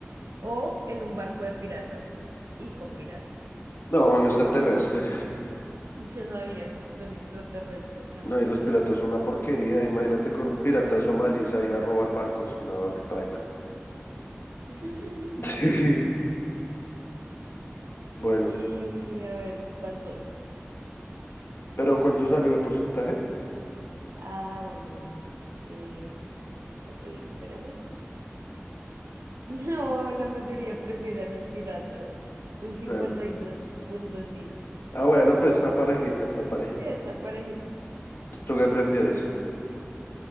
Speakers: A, on the right; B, on the left.
A: o en un barco de piratas y con piratas.
B: No, un extraterrestre.
A: Ya sabía, don extraterrestre es canalizador.
B: No, y los piratas son una porquería. Imagínate con piratas somalíes ahí a robar barcos. No, qué paila.
A: <laughs>
B: <laughs> Bueno,
A: Y a ver, vas vos.
B: pero ¿cuánto salió de porcentaje?
A: Ah, bueno, listo. Eh, ya te digo, espérame. <laughs> No, la mayoría prefiere a los piratas. Un cincuenta
B: Claro.
A: y dos punto cinco
B: Ah, bueno, pues está parejito, está parejito.
A: Sí, está parejito.
B: ¿Tú, tú qué prefieres?